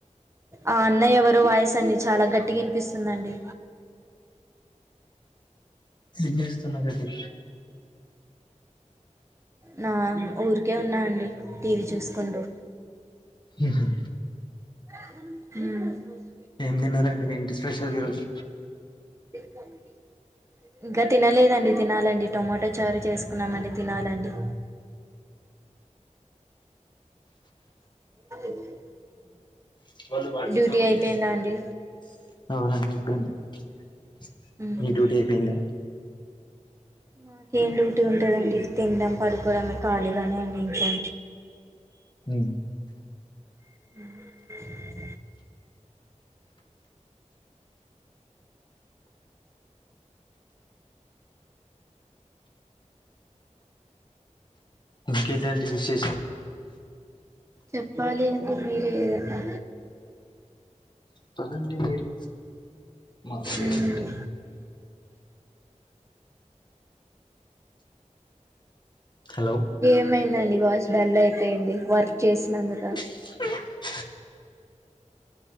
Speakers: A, on the right; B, on the left.
A: ఆ అన్నయ్య ఎవరో వాయస్ అన్ని చాలా గట్టిగా వినిపిస్తుందండి
B: సిమ్మేస్తున్నారండి
A: నా ఊరికే ఉన్నా అండి టీవీ చూసుకుంటూ
B: ఉహా
A: <unintelligible>
B: ఏం తిన్నారండి ఏంటి స్పెషల్ ఈరోజు
A: కొడి ఇంకా తినలేదండి తినాలండి టొమాటో చారు చేసుకున్నామండి తినాలండి <inaudible>
B: <unintelligible>
A: డ్యూటీ అయిపోయిందా అండి మ్మ్.
B: మీ డ్యూటీ అయిపోయింద
A: మాకేం డ్యూటీ ఉంటందండి తినడం పడుకోవడంమే ఖాళీగానే అండి ఇంకా
B: హ
A: <inaudible>
B: ఇంకేంటండి విశేషాలు
A: చెప్పాలి అండి మీరే ఏదన్నా
B: పదండి మీరు మాంట మస్తు
A: మ్మ్
B: ఏదంటే హలో
A: ఏమైందండి వాయిస్ డల్ అయిపోయింది వర్క్ చేసి నందుక
B: <inaudible>